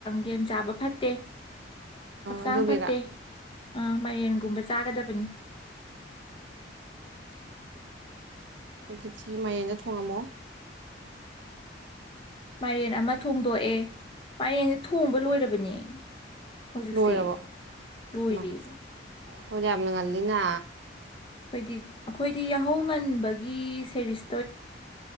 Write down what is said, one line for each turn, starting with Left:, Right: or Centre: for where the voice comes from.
Left: ꯌꯦꯟ ꯆꯥꯕ ꯐꯠꯇꯦ ꯍꯛꯆꯥꯡ
Right: ꯑꯗꯨꯒꯤꯔ
Left: ꯐꯠꯇꯦ ꯑꯥ ꯃꯌꯦꯦꯟꯒꯨꯝꯕ ꯆꯥꯒꯗꯕꯅꯤ
Right: ꯑꯗꯨ ꯆꯤ ꯃꯌꯥꯌꯦꯩꯅ ꯊꯣꯡꯉꯝꯃꯣ
Left: ꯃꯥꯏꯔꯦꯟ ꯑꯃ ꯊꯣꯡꯗꯣꯛꯑꯦ ꯃꯥꯏꯔꯦꯟꯁꯦ ꯊꯣꯡꯕ ꯂꯣꯏꯔꯕꯅꯦ ꯍꯧꯖꯤꯛꯁꯦ
Right: ꯂꯣꯏꯔꯕꯣ
Left: ꯂꯣꯏꯔꯦ
Right: ꯏꯃ ꯍꯗꯤ ꯌꯥꯝꯅ ꯉꯜꯂꯤꯅ
Left: ꯑꯩꯈꯣꯏꯗꯤ ꯑꯩꯈꯣꯏꯗꯤ ꯌꯥꯍꯧ ꯉꯟꯕꯒꯤ ꯁꯦꯔꯤꯁ